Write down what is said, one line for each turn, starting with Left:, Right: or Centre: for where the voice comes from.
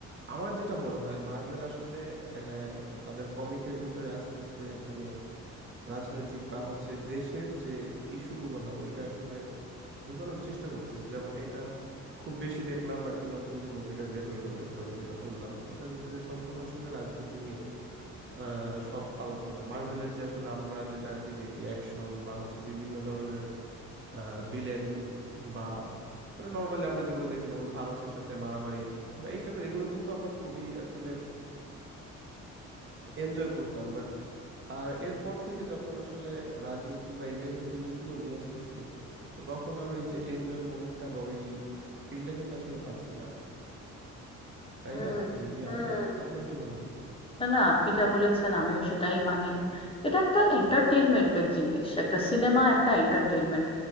Right: আমার যেটা মনে হয় মার্বেল আসলে আহ, তাদের কমিকের ভিতরে আস্তে আস্তে মানে রাজনৈতিক বা হচ্ছে দেশের যে ইস্যুগুলো হয় ওইটা আসলে ঢুকানোর চেষ্টা করতেছে যেমন এটা খুব বেশি দেখলাম আর কি নতুন যে মুভিটা বের হইলো একটু আগে যেটা বললাম ওটার ভিতরে সম্পূর্ণ আসলে রাজনীতি নিয়েই আহ, সব আলোচনা মার্ভেলের যে আসলে আমরা যেটা আর কি দেখি অ্যাকশন বা হচ্ছে বিভিন্ন ধরনের ভিলেন বা মানে নর্মালি আমরা যেগুলো দেখি যেমন থানোসের সাথে মারামারি বা এই টাইপের এগুলো কিন্তু আমরা খুবই আসলে এনজয় করতাম বাট আর এরপর থেকে যখন আসলে রাজনীতি বা এই টাইপের জিনিসগুলো নিয়ে আসতেছে তো তখন আর ওই যে এনজয় মোমেন্টটা বা ওই ফিলটা কিন্তু আসলে পাচ্ছি না তাই
Left: হুম
Right: না দিদি
Left: হুম
Right: আপনার আপনার কি মনে হয়
Left: না না আপনি যা বলেছেন আমিও সেটাই মানি এটা একটা এন্টারটেনমেন্টের জিনিস একটা সিনেমা একটা এন্টারটেনমেন্ট